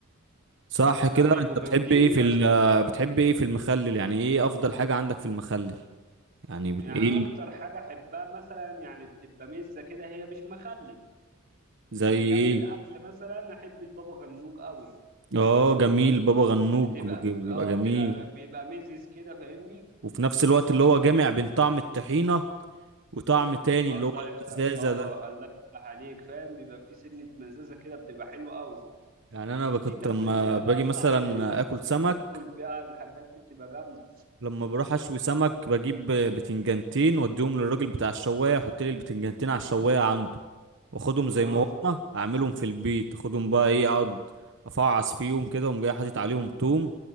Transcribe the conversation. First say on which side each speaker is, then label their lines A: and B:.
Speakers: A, on the right; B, on the right.
A: صح كده
B: ده بيبقوا
A: انت بتحب
B: جامدين
A: ايه في
B: يا
A: ال
B: اسطى بيبقوا جامدين
A: بتحب ايه في المخلل يعني ايه افضل حاجه عندك في المخلل يعني بت-
B: يعني
A: ايه
B: انا
A: ال-
B: اكتر حاجه احبها مثلا يعني بتبقى مزه كده هي مش مخلل
A: زي
B: يعني جنب
A: ايه
B: الاكل مثلا احب البابا غنوج قوي
A: اه جميل بابا غنوج
B: بتبقى
A: بج- بيبقى
B: اه
A: جميل
B: بتبقى بيبقى ميزز كده فاهمني
A: وفي نفس الوقت اللي هو جامع بين طعم الطحينه وطعم تاني
B: الله
A: اللي هو
B: يفتح
A: الفزازه
B: اه
A: ده
B: الله يفتح عليك فاهم بيبقى في سنه مزازه كده بتبقى حلوه قوي
A: يعني انا ب- كنت
B: دي تاكل
A: لما
B: بيها
A: باجي
B: بقى الطعمية
A: مثلا اكل سمك
B: بتاكل بيها الحاجات دي بتبقى جامدة
A: لما بروح اشوي سمك بجيب بتنجانتين واديهم للراجل بتاع الشوايه يحط لي البتنجانتين على الشوايه عنده واخدهم زي
B: اه
A: ما هما اعملهم في البيت اخدهم بقى ايه اقعد افعص فيهم كده وأقوم جاي حاطط عليهم توم